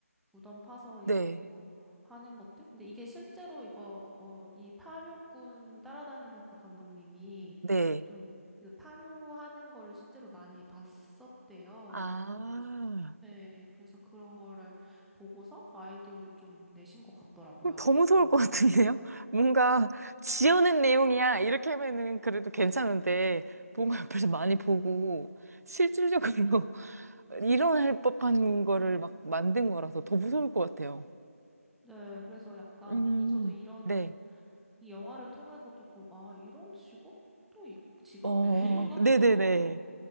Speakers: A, in the centre; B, on the right.
A: 무덤 파서 이게
B: 네.
A: 뭐 하는 것들? 근데 이게 실제로 이거, 어, 이 파묘꾼 따라다니면서 감독님이
B: 네.
A: 좀 그 파묘하는 거를 실제로 많이 봤었대요.
B: 아.
A: 그래가지고, 네, 그래서 그런 거를 보고서 아이디어를 좀 내신 것 같더라고요.
B: 더 무서울
A: 음.
B: 것 같은데요? <laughs> 뭔가 지어낸 내용이야. 이렇게 하면은 그래도 괜찮은데, 뭔가 옆에서 많이 보고, 실질적으로 <laughs> 일어날 법한 거를 막 만든 거라서 더 무서울 것 같아요.
A: 네, 그래서 약간,
B: 음,
A: 이, 저도 이런,
B: 네.
A: 이 영화를 통해서 조금, 아, 이런 직업도, 있- 직업?
B: 어,
A: <laughs> 예, 이런 것도
B: 네네네.
A: 이